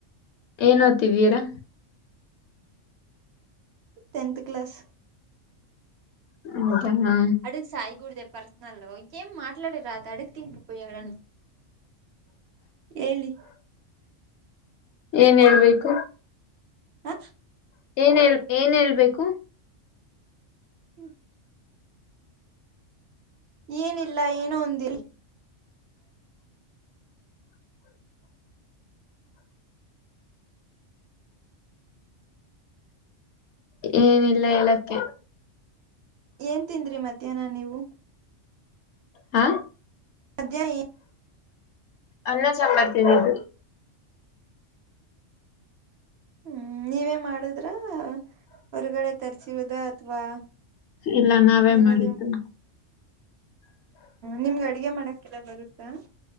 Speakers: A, on the left; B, on the right.
A: ಏನ್ತಿವೀರಾ
B: ಟೆಂತ್ ಕ್ಲಾಸ್
A: ಹೌದಾ ಹಾ
B: ಅಡುಗೆ ಸಾಯಗೂಡುದ ಪರ್ಸನಲ್ಏಮ ಮಾಡಿ ರ ಅದು ಅಡುಗೆ ತಿಯಡನು ಹೇಳಿ
A: ಏನ್ ಹೇಳ್ಬೇಕು
B: ಹ
A: ಏನ್ ಹಳ್ ಏನ್ ಹೇಳ್ಬೇಕು
B: ಹ್ಮ್ ಏನಿಲ್ಲ ಏನೋ ಒಂದಿಲ್
A: ಏನಿಲ್ಲ ಹೇಳಕ್ಕೆ
B: ಏನ್ ತಿದ್ರಿ ಮಧ್ಯಾಹ್ನ ನೀವು
A: ಹಾ
B: ಸದ್ಯ ಎ
A: ಅನ್ನ ಸಮರ್ ಚಂದ ಬರ್ತೀನಿ ಇದು
B: ಹ್ಮ್ ನೀವೇ ಮಾಡುದ ಹೊರಗಡೆ ತಸುವುದ ಅಥವಾ
A: ಇಲ್ಲ ನಾವೇ
B: ಏನಾದ್ೂ
A: ಮಾಡಿದ್ದು
B: ನಿಮ್ಗೆ ಅಡ್ಗೆ ಮಾಡಕ್ಕೆಲ್ಲ ಬರುತ್ತಾ